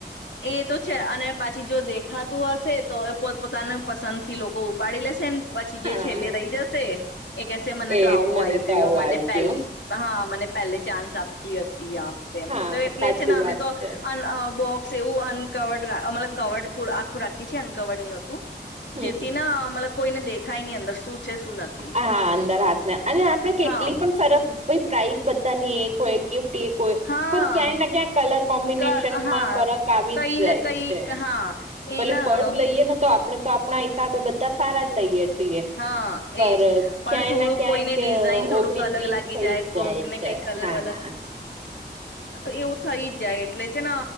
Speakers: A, on the left; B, on the right.
A: એ તો છે, અને પાછી જો દેખાતું હશે તો એ પોત પોતાનું પસંદ થી લોકો ઉપાડી લેશે પછી જે
B: હા
A: છેલ્લે રહી જશે એ કેહેશે મને
B: એ
A: તો આવું
B: મને
A: આવી
B: તો
A: ગયું
B: આવું
A: મને
B: આવી
A: પેલી
B: ગયું
A: હા, મને પહેલે ચાન્સ આપવી હતી આમ, તેમ,
B: હા
A: તો એટલે
B: સાચી
A: છે, ને અમે
B: વાત
A: તો
B: છે
A: અન બોક્સ એવું અનકવર્ડતલબ કવર્ડ આખું રાખી છે, અનકવર્ડ ની હતું
B: હમ
A: જેથી
B: હમ
A: ના મતલબ કોઈને દેખાય ની અંદર શું છે, શું નથી
B: હા, અંદર હાથને અને આપણે કેટલી
A: હા
B: પણ સરસ ભઈ પ્રાઇસ બધાની એક હોય ગિફ્ટ કે કોઈ
A: હા
B: પણ ક્યાંય ને ક્યાંક કલર કોમ્બિનેશનમાં
A: ક હા
B: ફરક આવી
A: કઈ
B: જ જાય
A: ને કઈ
B: છે
A: હા એના
B: ભલે પર્સ લઈએ ને તો આપણે તો આપણા હિસાબે બધા સારા જ લઈએ છીએ
A: હા
B: પર
A: એજ, પણ
B: ક્યાંય
A: થોડુંક
B: ને ક્યાંક
A: કોઈને ડિઝાઇન થોડુંક
B: ઓગણીસ
A: અલગ
B: વીસ
A: લાગી
B: થઈ
A: જાય,
B: જ
A: કોઈકને
B: છે
A: કઈક કલર
B: હા
A: વલર એવું થઈ જ જાય એટલે છે, ન